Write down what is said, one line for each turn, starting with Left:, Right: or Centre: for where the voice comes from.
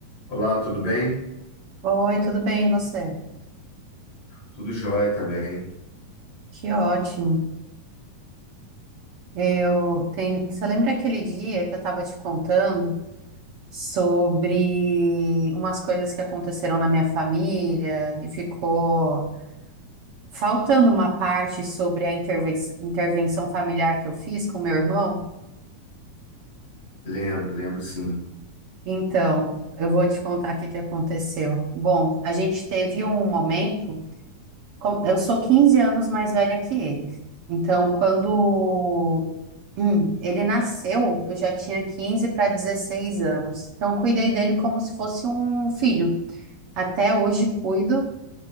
Left: Olá, tudo bem?
Right: Oi, tudo bem, e você?
Left: Tudo jóia também.
Right: Que ótimo. Eu tenho. Você lembra aquele dia que eu estava te contando sobre umas coisas que aconteceram na minha família e ficou faltando uma parte sobre a interven- intervenção familiar que eu fiz com meu irmão?
Left: Lembro, lembro sim.
Right: Então, eu vou te contar o que que aconteceu. Bom, a gente teve um momento. com- Eu sou 15 anos mais velha que ele. Então, quando hum, ele nasceu, eu já tinha 15 para 16 anos. Então, cuidei dele como se fosse um filho. Até hoje cuido.